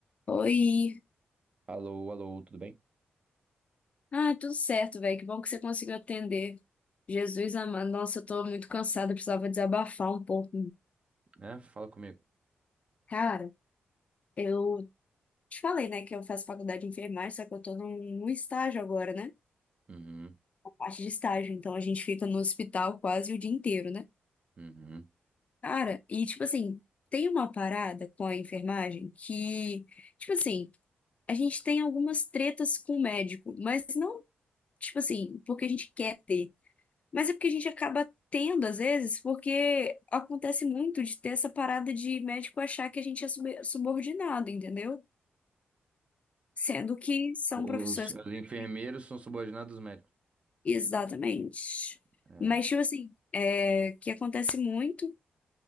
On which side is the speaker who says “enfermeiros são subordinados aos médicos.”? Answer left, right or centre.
Right